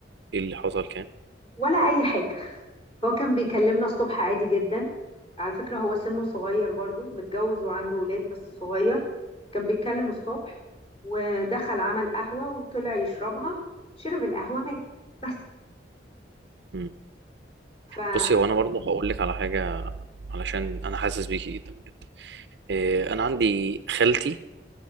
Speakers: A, on the right; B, on the left.
A: ايه اللي حصل كان
B: ولا اي حاجه <laughs> هو كان بيكلمنا الصبح عادي جدا على فكره هو سنه صغير برضو متجوز وعنده ولاد بس صغير كان بيتكلم الصبح ودخل عمل قهوه وطلع يشربها شرب القهوه مات بس
A: امم
B: فما
A: بصي هو انا برضه هقول لك على حاجه علشان انا حاسس بيكي جدا بجد إيه، انا عندي خالتي